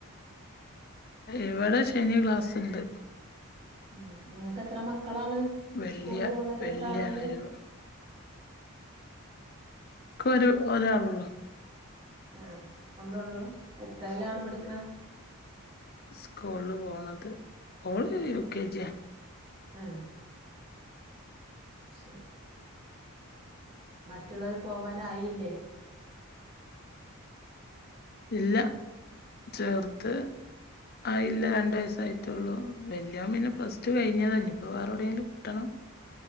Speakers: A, on the left (about 45°); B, on the right (about 25°).
A: ഇവിടെ ശനി ഗക്ലാസ്സ്ണ്ട്
B: ഉ നിങ്ങക്ക് എത്ര മ മക്കളാണ്
A: വെള്ളിയ
B: സ്കൂള് പോണവര്
A: വെള്ളിയാണ്
B: എത്ര ആളുണ്ട്
A: ഒഴിവ് ഒരു ഒരാളള്ളൂ
B: ആഹ് ഒന്നൊള്ളൂ എത്രേലാണ് പഠിക്കണ
A: സ്കൂള്ള് പോണത് ഓള് യുകെജി യാ
B: ഏ ശരി മറ്റുള്ളവര് പോവാനായീല്ലേ
A: ഇല്ല ചേർത്ത് ആയില്ല രണ്ട് വയസായിട്ടൊള്ളൂ വല്യാള് പിന്നെ പ്ലസ് ടു കഴിഞ്ഞതാ ഇന്നിപ്പോ വേറെ എവിടേലും കിട്ടണം